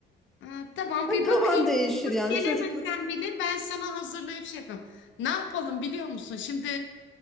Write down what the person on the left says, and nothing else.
E, tamam
bir
bakayım.
Gelemesen
bile ben sana hazırlayıp şey yapayım. Ne yapalım biliyor musun? Şimdi